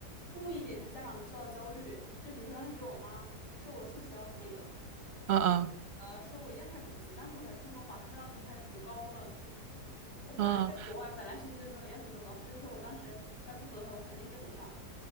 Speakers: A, on the left; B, on the right.
A: 故意给一些家长制造焦虑。就比如说当时给我妈说我数学要废了，
B: 嗯嗯
A: 呃，说我一定要开始补习。当时我才初中吧，他说要给我开始补高中的数学。我本来在国外，
B: 嗯嗯，
A: 本来学习就没有要求那么高，他就说我当时要不补的话，我肯定跟不上。